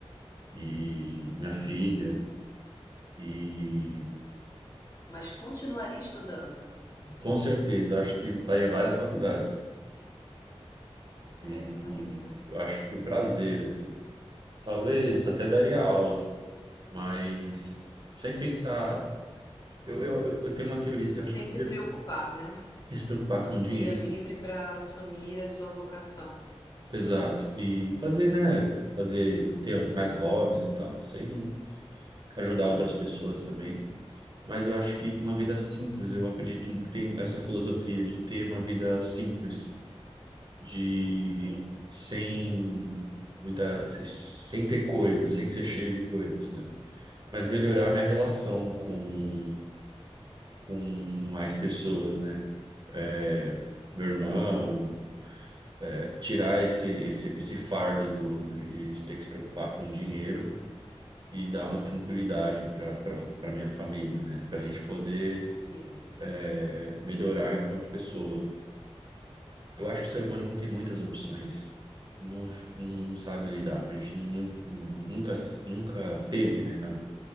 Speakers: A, on the right; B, on the left.
A: e minha filha, e
B: Mas continuaria estudando.
A: com certeza, eu acho que faria várias faculdades, e
B: É, tá aí, né?
A: eu acho por prazer, assim. Talvez até daria aula Mas sem pensar. Eu, eu, eu eu tenho uma teoria assim, eu
B: Sem
A: acho que
B: se
A: primeiro
B: preocupar, né?
A: se preocupar
B: Você
A: com
B: seria
A: dinheiro.
B: livre para assumir a sua vocação.
A: Exato. E fazer, né? Fazer, ter mais hobbies e tal, sem ajudar outras pessoas também. Mas eu acho que uma vida simples, eu acredito, tem essa filosofia de ter uma vida simples, de
B: Sim.
A: sem muita, sem sem ter coisas, sem ser cheio de coisas, né? Mas melhorar minha relação com com mais pessoas, né? É, meu irmão, é, tirar esse, esse, esse fardo do, de de ter que se preocupar com dinheiro e dar uma tranquilidade para para minha família, né? Para a gente poder
B: Sim.
A: é, melhorar enquanto pessoa. Eu acho que o ser humano não tem muitas opções. Não, não sabe lidar. A gente nu- nu- nunca, nunca teve, né? na-